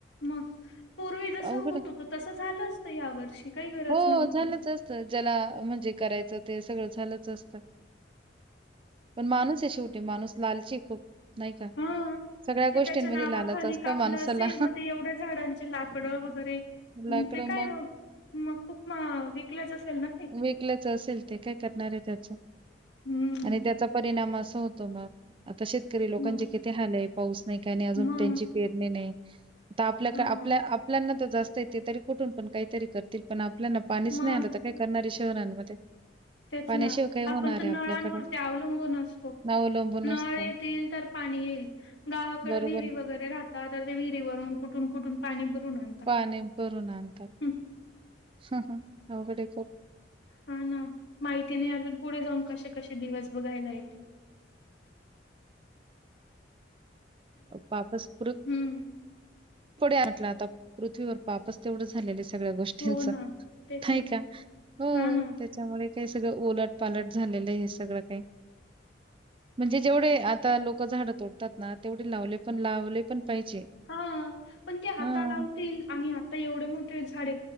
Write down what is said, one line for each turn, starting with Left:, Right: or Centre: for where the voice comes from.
Left: मग पूर्वी जसं
Right: अवघड
Left: होतो,
Right: आहे.
Left: तर तसं झालं असत या वर्षी काही गरज
Right: हो,
Left: नव्हती.
Right: झालंच असतं. ज्याला म्हणजे करायचं. ते सगळं झालंच असत पण माणूस आहे, शेवटी माणूस लालची खूप. नाही का
Left: हा
Right: <unintelligible>
Left: ते
Right: गोष्टींमध्ये
Left: त्याच्या नावाखाली
Right: लालच असतं
Left: कापलं
Right: माणसाला.
Left: असेल मग ते एवढ्या झाडांचे लाकडं वगैरे
Right: लाकडं
Left: ते का.
Right: मग!
Left: मग खूप म विकलाच असेल. ना ते
Right: विकलच असेल ते काय करणार आहे, त्याच आणि
Left: हम्म
Right: त्याचा परिणाम अस होत. त मग शेतकरी लोकांचे
Left: मग
Right: किती हलय पाऊस नाही का नाही अजून
Left: मग
Right: त्यांची पेरणे नाही. तर आपल्याक
Left: मग
Right: आपल्या आपल्याना तर जास्त येते तरी कुठून पण काहीतरी करतील पण. आपल्याना पाणीच
Left: मग
Right: नाही आलं तर काय करणारी शहरांमध्ये.
Left: तेच
Right: पाण्याशिवाय
Left: ना
Right: काय
Left: आपण
Right: होणार
Left: तर नळांवरती
Right: आहे आपल्याकडं
Left: अवलंबून असतो
Right: ना अवलंबून
Left: नळ
Right: असतं
Left: येतील तर पाणी येईल गावाकडे
Right: बरोबर
Left: विहिरी वगैरे राहतात तर ते विहिरीवरून कुठून कुठून पाणी भरून आणतात
Right: पाने भरून आणतात
Left: हं,
Right: अघडे कर
Left: हा ना माहिती नाही अजून पुढे जाऊन कसे कसे दिवस बघायला य ते
Right: पापस् पुृत
Left: हम्म
Right: पुढे म्हट आता पृथ्वीवर पापस तेवढं झालेले सगळ्या गोष्टींच
Left: हो
Right: नाही
Left: ना तेच ना
Right: का हो
Left: हा ना.
Right: त्याच्यामुळे काही सगळं उलटपालट झालेलं आहे हे सगळं काही म्हणजे जेवढे आता लोक झाडं तोडतात ना तेवढे लावले पण लावले पण पाहिजे.
Left: हा पण ते
Right: हां.
Left: आता लावतील आणि आता एवढे मोठे झाडे